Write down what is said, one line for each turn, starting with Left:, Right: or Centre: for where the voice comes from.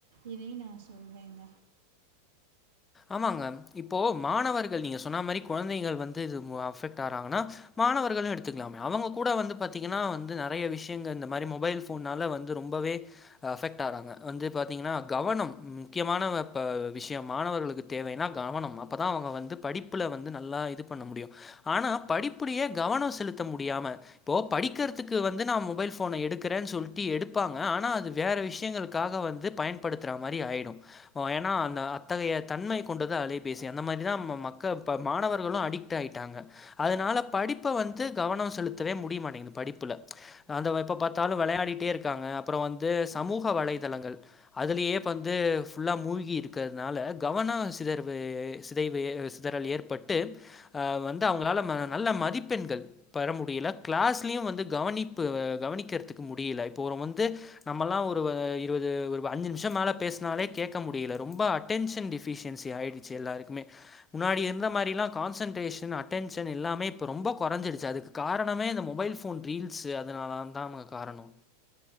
Right: இதையு நா சொல்வேங்க
Left: ஆமாங்க இப்போ மாணவர்கள் நீங்க சொன்ன மாரி கொழந்தைங்கள் வந்து இது ஆறாங்கன்னா மாணவர்களு எடுத்து க்கலாமே அவங்க கூட வந்து பார்த்தீங்கன்னா வந்து நறைய விஷயங்கள இந்த மாரி மொபைல் ஃபோன்னால வந்து ரொம்பவே அஃபெக்ட் ஆறாங்க வந்து பார்த்திங்கன்னா கவனம் முக்கியமான இப்ப விஷ்யம் மாணவர்களுக்கு தேவைனா கவனம் அப்போதா அவங்க வந்து படிப்புல வந்து நல்லா இது பண்ண முடியு ஆனா படிப்புலயே கவனம் செலுத்த முடியாம இப்போ படிக்கறதுக்கு வந்து நா மொபைல் போன எடுக்கறேன்னு சொல்ட்டு எடுப்பாங்க ஆனா அது வேற விஷயங்களுக்காக வந்து பயன்படுத்துற மாரி ஆயிடு ஏன்னா ஆனா அத்தகைய தன்மை கொண்டது அலைபேசி அந்த மாரிதா ம மக்க மாணவர்களூ அடிக்ட் ஆயிட்டாங்க அதனால படிப்ப வந்து கவனோ செலுத்தவே முடியமாட்டேங்குது படிப்புல அது எப்ப பாத்தாலூ விளையாடிட்டே இருக்காங்க அப்ரொ வந்து சமூக வலைதளங்கள் அதுலயே வந்து ஃபுல்லா மூழ்கி இருக்கத் னால கவன சிதர்வு சிதைவு சிதறல் ஏற்பட்டு அ வந்து அவங்களால நல்ல மதிப்பெண்கள் பெற முடியல கிளாஸ்லயூ வந்து கவனிப்பு கவனிக்குறதுக்கு முடீல இப்போ ஒரு வந்து நம்மல்லா ஒருவ இருவது ஒருவ அஞ்சு நிமிஷோ மேல பேஸ்னாலே கேக்க முடில ரொம்ப அட் டென்ஷன் டிஃபிஷியன்சி ஆயிடுச்சு எல்லாருக்குமே முன்னாடி இருந்த மாரிலா கான்சன்ட்ரேஷன் அட்டென்ஷன் எல்லாமே இப்போ ரொம்ப கொறஞ்சிடுச்சு அதுக் காரணமே இந்த மொபைல் ஃபோன் ரீல்ஸு அதனால தா அவங் காரணம்